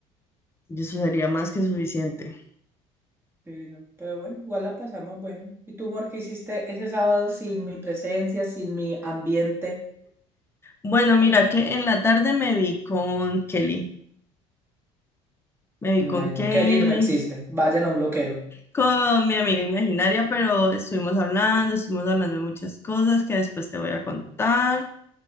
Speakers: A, on the left; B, on the right.
A: eso sería más que suficiente.
B: sí, no, Pero bueno, igual la pasamos bueno. ¿Y tú, amor, qué hiciste ese sábado sin mi presencia, sin mi ambiente?
A: Bueno, mira que en la tarde me vi con Kelly, me vi
B: Mm,
A: con
B: Ay,
A: Kelly,
B: no, Kelly no existe. Vayan a un loquero.
A: con mi amiga imaginaria, pero estuvimos hablando, estuvimos hablando de muchas cosas que después te voy a contar.